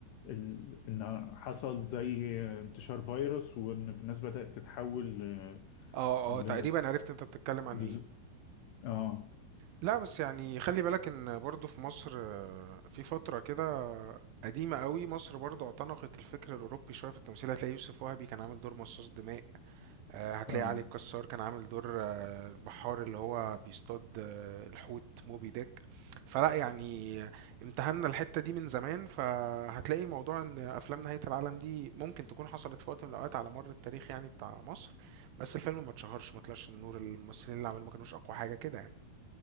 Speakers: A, on the left (about 75°); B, on the right (about 75°).
A: ال... إن حصل زي انتشار فيروس وإن الناس بدأت تتحول آه،
B: اه
A: ل...
B: اه تقريبا عرفت انت بتتكلم عن
A: ل...
B: ايه
A: اه
B: لا بس يعني خلي بالك ان برضه في مصر آه، في فترة كده قديمة قوي مصر برضه اعتنقت الفكر الأوروبي شوية في التمثيل هتلاقي يوسف وهبي كان عامل دور مصاص دماء آه، هتلاقي
A: اه
B: علي الكسار كان عامل دور آه، البحار اللي هو بيصطاد آه، الحوت موبي ديك فلا يعني امتهنا الحتة دي من زمان فهتلاقي موضوع ان افلام نهاية العالم دي ممكن تكون حصلت في وقت من الاوقات على مر التاريخ يعني بتاع مصر بس الفيلم ما اتشهرش ما طلعش النور الممثلين اللي عملوه ما كانوش اقوى حاجة كده يعني